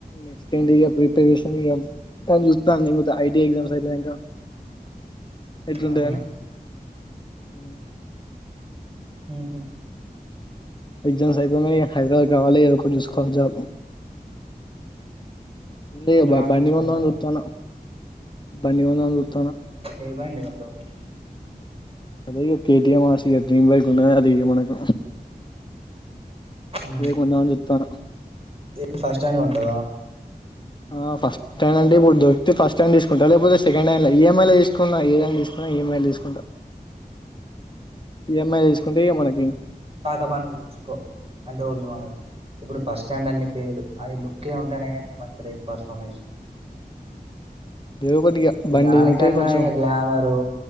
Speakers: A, on the left; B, on the right.
A: నెక్స్ట్ ఏంటి ఇగ ప్రిపరేషన్ ఇగ చూస్తా ఐటీ ఎగ్జామ్స్ అయిపోనంక ఎట్లుందని
B: అవునా
A: ఆ
B: హ హ
A: ఎగ్జామ్స్ అయిపోయినాక ఇగ హైదరాబాద్ రాలేదు చూసుకోవాలి జాబ్ ఏంది
B: జాబ్
A: బండి
B: చూసుకుంటావా
A: కొందాం అని చూస్తున్న బండి కొందాం అని చూస్తున్న
B: ఏ బండి కొంటావ్ మరి
A: అదే కేటిఎం ఆర్సి డ్రీమ్ బైకు ఉన్నాది కదా ఇక మనక
B: ఉమ్
A: అదే కొందాం అని చూస్తన్న
B: ఏది ఫస్ట్ హ్యాండ్ కొంటావా
A: ఆ ఫస్ట్ హ్యాండ్ అంటే ఇప్పుడు దొరికితే ఫస్ట్ హ్యాండ్ తీసుకుంటా లేకపోతే సెకండ్ హ్యాం లో ఈఎంఐ లో తీసుకున్నా ఏ హం తీసుకున్నా ఈఎంఐలు తీసుకుాంట ఈఎమ్ఐ తీసుకుంటే మనకి
B: పాత బండ్లు చూసుకో అంటే ఒల్డు మాడల్ ఇప్పుడు ఫస్ట్ స్టాండ్ అన్ని ఫెయిలు అవి లుక్కే ఉంటానేయి కాగానీ ఏమంతలేదు పర్ఫార్మెన్స్
A: ఏదో ఒకటి ఇగ
B: ఈ
A: బండి
B: దానికన్నా
A: ఉంటే కొంచెం
B: ఇ గ్లామరు